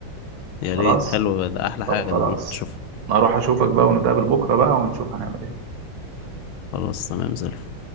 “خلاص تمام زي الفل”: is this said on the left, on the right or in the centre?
Left